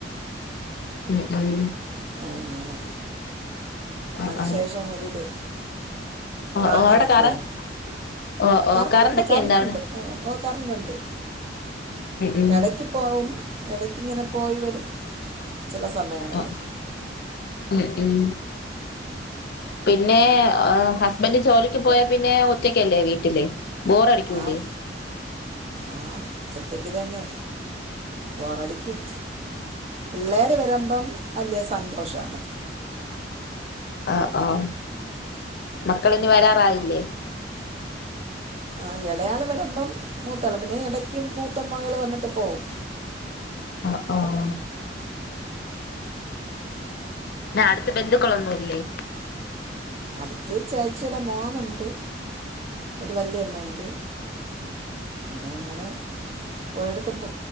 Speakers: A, on the left; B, on the right.
A: ഉം ഉം
B: ആഹ് അങ്ങനെ
A: ആഹ്
B: അതിനുശേഷം
A: ആഹ്
B: ഒരിത്
A: ഓ
B: വാങ്ങാനൊക്കെയേ
A: ഓ അവിടെ കറ ഓ ഓ
B: കറണ്ടൊണ്ട്
A: കറണ്ടൊക്കെ
B: കറണ്ടൊണ്ട്
A: ഇണ്ട അവിടെ
B: ഓഹ് കറണ്ട് ഒണ്ട്
A: ഉം
B: എടക്ക് പോവും എടക്കിങ്ങനെ പോയി വരും ചില സമയങ്ങളില്
A: ഉം ഉം ഉം പിൻ ന്നെ ഹസ്ബൻഡ് ജോലിക്ക് പോയാ പിന്നെ ഒറ്റക്കല്ലേ വീട്ടില് ബോറടിക്കൂലേ
B: ആഹ് ആഹ് ഒറ്റക്ക് തന്നെ ബോറടിക്കും പിള്ളേര് വരുമ്പം വലിയ സന്തോഷാണ്
A: ആഹ് ആഹ് മക്കളിഞ്ഞ് വരാറായില്ലേ
B: ആഹ് ഇളയാള് വരുമ്പം മൂത്താള് പിന്നെ ഇടക്കും മൂത്ത മകള് വന്നിട്ട് പോവും
A: ആഹ് ആഹ് അടുത്ത് ബന്ധുക്കളൊന്നും ഇല്ലേ
B: അടുത്ത് ചേച്ചിടെ മോനോണ്ട് ഒരു വല്യമ്മണ്ട് പിന്നെ അങ്ങനെ ഒരിടത്തും പോ